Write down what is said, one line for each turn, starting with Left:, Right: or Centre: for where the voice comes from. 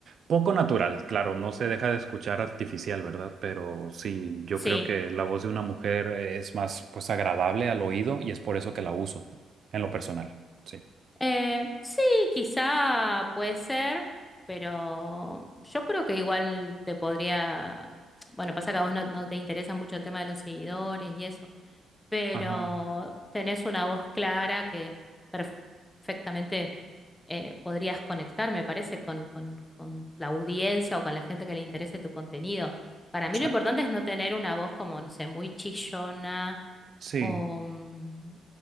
Right: poco natural, claro, no se deja de escuchar artificial, ¿verdad? Pero sí, yo
Left: sí.
Right: creo que la voz de una mujer es más, pues, agradable al oído y es por eso que la uso en lo personal. sí.
Left: Eh, sí, quizá puede ser, pero yo creo que igual te podría... Bueno, pasa que a vos no, no te interesa mucho el tema de los seguidores y eso, pero
Right: Ajá. O
Left: tenés una voz clara que perf- perfectamente eh, podrías conectar, me parece, con, con- con la audiencia o con la gente que le interese tu contenido. Para mí
Right: sea,
Left: lo importante es no tener una voz como, no sé, muy chillona
Right: Sí,
Left: o, mm,